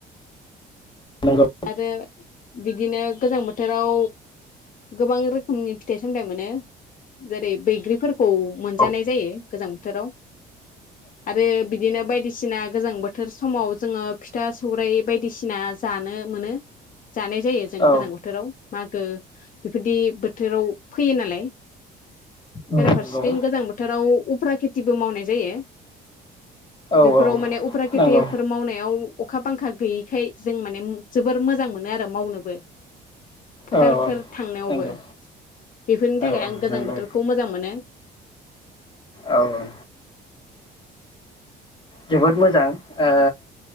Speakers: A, on the left (about 30°); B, on the left (about 50°).
A: नंगौ
B: आरो बिदिनो गोजां बोथोराव गोबां रोखोमनि फिथाइ सामथाइ मोनो जेरै बैग्रिफोरखौ मोनजानाय
A: औ
B: जायो गोजां बोथोराव आरो बिदिनो बायदिसिना गोजां बोथोर समाव जोङो फिथा सौराइ बायदिसिना जानो मोनो। जानाय जायो जों
A: औ
B: गोजां बोथोराव। मागो बेफोरदि बोथोराव फैयो नालाय
A: नंगौ
B: बेराफारसेथिं गोजां बोथोराव उफ्रा खेथिबो मावनाय जायो
A: औ
B: बेफोराव
A: औ
B: माने उफ्रा खेथिफोर
A: नंगौ
B: मावनायाव अखा बांखा गैयैखाय जों माने जोबोर मोजां मोनो आरो मावनोबो फोथारफोर
A: औ
B: थांनायावबो
A: नंगौ
B: बेफोरनि थाखाय
A: औ औ
B: आं गोजां
A: नंगौ
B: बोथोरखौ मोजां मोनो।
A: औ औ जोबोद मोजां ओ